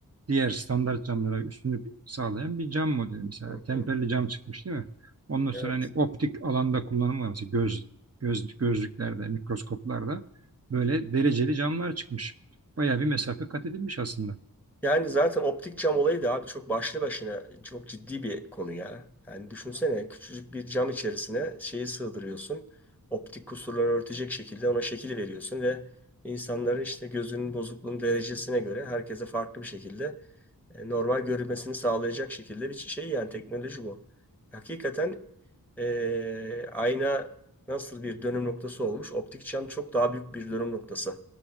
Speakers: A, on the right; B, in the centre.
A: diğer standart camlara üstünlük sağlayan bir cam modeli mesela.
B: Hı
A: Temperli
B: hı.
A: cam çıkmış değil mi? Ondan
B: Evet.
A: sonra hani optik alanda kullanımı var. Mesela göz, göz, gözlüklerde, mikroskoplarda böyle dereceli camlar çıkmış. Bayağı bir mesafe kat edilmiş aslında.
B: Yani zaten optik cam olayı da abi çok başlı başına çok ciddi bir konu ya. Yani düşünsene küçücük bir cam içerisine şeyi sığdırıyorsun. Optik kusurları örtecek şekilde ona şekil veriyorsun ve insanların işte gözünün bozukluğunun derecesine göre herkese farklı bir şekilde e, normal görülmesini sağlayacak şekilde bir şey yani teknoloji bu. Hakikaten e, ayna nasıl bir dönüm noktası olmuş? Optik cam çok daha büyük bir dönüm noktası